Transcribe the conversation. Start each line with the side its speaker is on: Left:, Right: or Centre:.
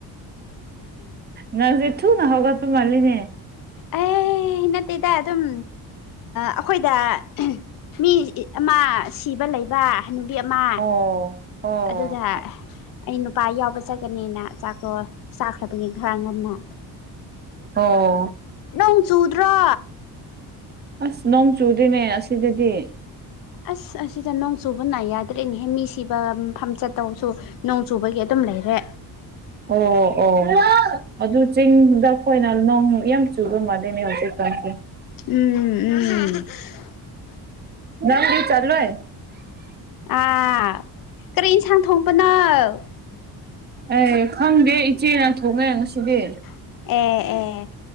Right: ꯅꯪꯁꯦ ꯊꯨꯅ ꯍꯧꯒꯠꯄ ꯃꯥꯜꯂꯤꯅꯦ
Left: ꯑ ꯑꯦ ꯅꯠꯇꯦꯗ ꯑꯗꯨꯝ ꯑꯩꯈꯣꯏꯗ ꯃꯤ ꯑꯃ ꯁꯤꯕ ꯂꯩꯕ ꯅꯨꯕꯤ ꯑꯃ
Right: ꯑꯣ ꯑꯣ
Left: ꯑꯗꯨꯒ ꯑꯩ ꯅꯨꯄꯥ ꯌꯥꯎꯕ ꯆꯥꯆꯒꯅꯤꯅ ꯆꯥꯛꯇꯣ ꯆꯥꯈ꯭ꯔꯕꯒꯦ ꯈꯔ ꯉꯟꯅ
Right: ꯑꯣ
Left: ꯅꯪ ꯆꯨꯗ꯭ꯔꯣ
Right: ꯑꯁ ꯅꯣꯡ ꯆꯨꯗꯦꯅꯦ ꯑꯁꯤꯗꯗꯤ
Left: ꯑꯁ ꯑꯁꯤ ꯆꯅꯨ ꯁꯣꯅ ꯌꯥꯗ ꯀꯅꯤꯍꯦ ꯃꯤ ꯁꯤꯕ ꯃꯐꯝ ꯆꯠꯇꯧꯁꯨ ꯅꯣꯡ ꯆꯨꯕꯒꯤ ꯑꯗꯨꯝ ꯂꯩꯔꯦ
Right: ꯑꯣ ꯑꯣ ꯑꯗꯨ ꯆꯤꯡꯗ ꯑꯩꯈꯣꯏꯅ ꯅꯣꯡ ꯌꯥꯝ ꯆꯨꯕ ꯃꯥꯩꯅꯦ ꯍꯧꯖꯤꯛ ꯐꯦ
Left: ꯎꯝ ꯎꯝ
Right: ꯅꯪꯗꯤ ꯆꯠꯂꯣꯏ
Left: ꯑꯥ ꯀꯔꯤ ꯏꯟꯁꯥꯡ ꯊꯣꯡꯕꯅꯪ
Right: ꯑꯦ ꯈꯪꯗꯦ ꯏꯆꯦꯅ ꯊꯣꯛꯣꯡꯉꯦ ꯉꯁꯤꯗꯤ
Left: ꯑꯣꯝ ꯎꯝ